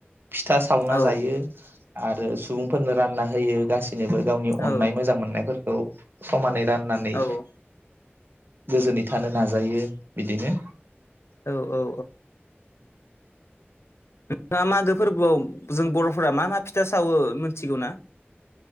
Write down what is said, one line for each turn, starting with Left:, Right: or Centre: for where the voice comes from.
Right: फिथा सावना
Left: औ
Right: जायो आरो सुबुंफोरनो रानना होयो गासिब नैबो गावनि
Left: औ
Right: अन्नाय मोजां मोननायफोरखौ समानै रान नानै
Left: औ
Right: गोजोनै थानो नाजायो बिदिनो
Left: औ औ नोंथाङा मागो फोरबोआव जों बर'फोरा मा मा फिथा सावो मोनथिगौ ना